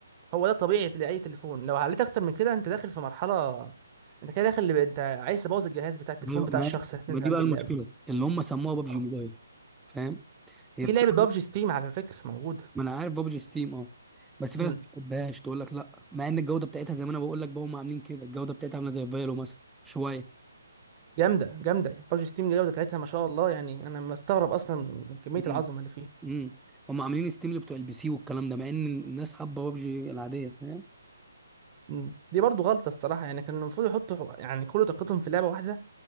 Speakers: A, on the right (about 25°); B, in the centre.
A: هو ده طبيعي لاي تليفون لو عليت اكتر من كده انت داخل في مرحله انت كده داخل اللي انت عايز تبوظ الجهاز بتاع التليفون
B: ايوه
A: بتاع
B: ما
A: الشخص اللي هتنزل
B: ما دي
A: عنده
B: بقى المشكله
A: اللعبه
B: اللي هم سموها بابجي
A: اه.
B: موبايل فاهم هي
A: في
B: بتبقى
A: لعبه بابجي ستيم على فكره موجوده
B: ما انا عارف بابجي ستيم اه بس في
A: امم
B: ناس ما بتحبهاش تقول لك لا مع ان الجوده بتاعتها زي ما انا بقول لك بقى هم عاملين كده الجوده بتاعتها عامله زي فايلو مثلا شويه
A: جامده جامده بابجي ستيم الجوده بتاعتها ما شاء الله يعني انا مستغرب اصلا من كميه
B: امم
A: العظمه اللي فيها
B: امم هم عاملين ستيم اللي بتوع البي سي والكلام ده مع ان الناس حابه بابجي العاديه فاهم
A: مم. دي برضو غلطة الصراحة يعني كان المفروض يحطوا حو- يعني كل طاقتهم في لعبة واحدة